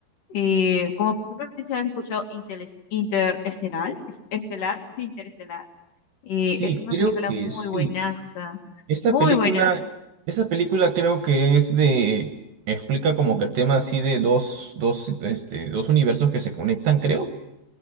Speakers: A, on the left; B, on the right.
A: Eh, como por ejemplo, no sé si has escuchado Inteles- Interestelar, es- Estelar, <laughs> Interestelar. Eh,
B: Sí,
A: es una
B: creo
A: película
B: que
A: muy
B: sí.
A: buenaza,
B: Esta
A: muy
B: película,
A: buenaza.
B: esta película creo que es de, explica como que el tema así de dos, dos, este, dos universos que se conectan, creo.